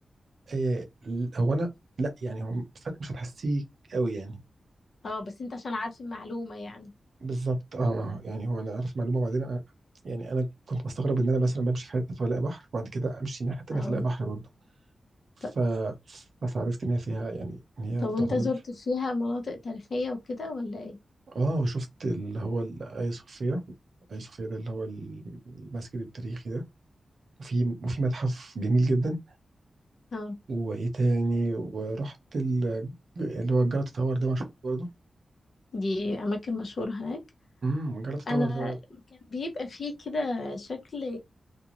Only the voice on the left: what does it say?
اه بس انت عشان عارف المعلومة يعني
اه
ط-
طب وانت
زرت فيها مناطق تاريخية وكده ولا ايه
اه
دي اماكن مشهورة هناك
انا
كان بيبقى فيه كده شكل